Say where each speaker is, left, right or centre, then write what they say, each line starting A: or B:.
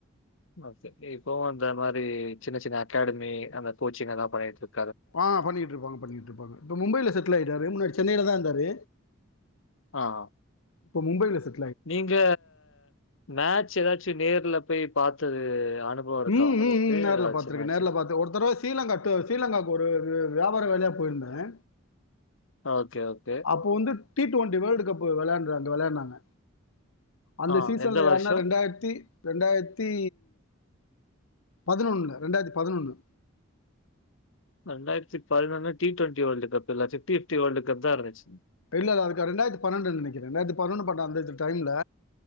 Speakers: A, on the left; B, on the left.
A: அ இப்பவு அந்த மாரி சின்ன சின்ன அகாடமி அந்த கோச்சிங் எல்லா பண்ணிட்ருக்
B: ஆ பண்ணிகிட்ருப்பாங்க பண்ணிகிட்ருப்பாங்க இப்ப மும்பைல செட்டில் ஆயிட்டாரு முன்னாடி சென்னைலதா இருந்தாரு
A: ஆ.
B: இப்ப மும்பைல செட்
A: நீங்க மேட்ச் எதாச்சு நேர்ல போய் பாத்தது அனுபவம் இருக்கா
B: ம்
A: உங்களுக்கு?
B: ம் ம் நேர்ல
A: ஏதாச்சும்
B: பாத்ருக்கே
A: மேட்ச்சு?
B: நேர்ல பாத்த ஒரு தடவ ஸ்ரீலங்கா டூ ஸ்ரீலங்காக்கு ஒரு வியாபார வேலையா போயிருந்தே
A: ஓகே, ஓகே.
B: அப்போ வந்து டி டுவெண்டி வேர்ல்டு கப் வெளையாண்ட வந்து வெளையாடுனாங்க அந்த
A: ஆ
B: சீசன்ல
A: எந்த
B: யார்ன்னா
A: வருஷம்?
B: ரெண்டாயிரத்தி ரெண்டாயிரத்தி பதினொன்னுல ரெண்டாயிரத்தி பதினொன்னு
A: ரெண்டாயிரத்தி பதினொன்னு டி டுவெண்டி வேர்ல்ட் கப் இல்ல ஃபிப்டி ஃபிப்டி வேர்ல்ட் கப்தா இருந்துச்சி
B: இல்லது அதுக்கா ரெண்டாயிரத்தி பன்னென்டுன் நெனைக்ற ரெண்டாயிரத்தி பதினொன்னு பன்னன்டு அந்தத டைம்ல